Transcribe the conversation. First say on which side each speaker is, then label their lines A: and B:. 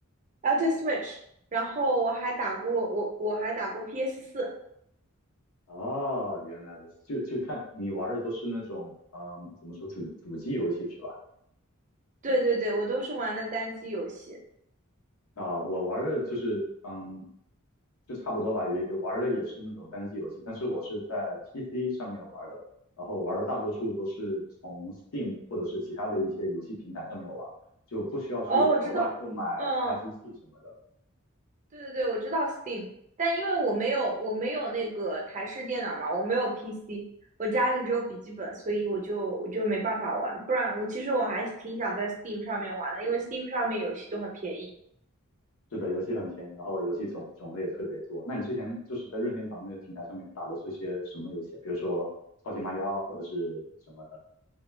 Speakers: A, on the right; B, on the left.
A: 啊，对，Switch，然后我还打过我我还打过 PS 四，
B: 哦，原来如此，就就看你玩的都是那种嗯，怎么说主主机游戏是吧？
A: 对对对，我都是玩的单机游戏。
B: 啊、我玩的就是，嗯，就差不多吧，也也玩的也是那种单机游戏，但是我是在 PC 上面玩的，然后玩的大多数都是从 Steam 或者是其他的一些游戏平台上面玩，就不需要去额外购买其他机器什么的。
A: 哦，我知道，嗯，对对对，我知道 Steam，但因为我没有我没有那个台式电脑嘛，我没有 PC，我家里只有笔记本，所以我就我就没办法玩。不然我其实我还挺想在 Steam 上面玩的，因为 Steam 上面游戏都很便宜。
B: 是的，游戏很便宜，然后游戏种种类也特别多。那你之前就是在任天堂那个平台上面打的是一些什么游戏啊比如说超级马里奥或者是什么的？